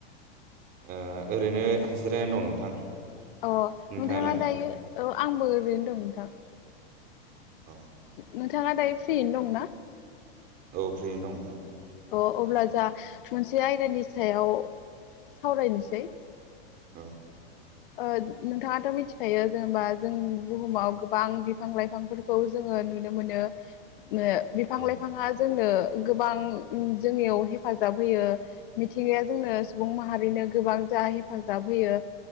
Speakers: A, on the right (about 30°); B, on the left (about 55°).
A: ओ ओरैनो जिरायनानै दं नोंथां।
B: अ
A: नोंथाङालाय
B: नोंथांङा दायो अ आंबो ओरैनो दं नोंथां।
A: औ
B: नोंथांङा दायो फ्रियैनो दंना?
A: औ फ्रियैनो दं नोंथां।
B: अ अब्ला जा मोनसे आयदानि सायाव सावरायनोसै
A: औ
B: ओ नोंथांङाथ' मिथिखायो जेनेबा जों बुहुमाव गोबां बिफां लाइफांफोरखौ जों ओ नुनो मोनो ओ बिफां
A: औ
B: लाइफांङा जोंनो गोबां जोंनियाव हेफाजाब होयो मिथिंगाया जोंनो सुबुं माहारिनो गोबां जा हेफाजाब होयो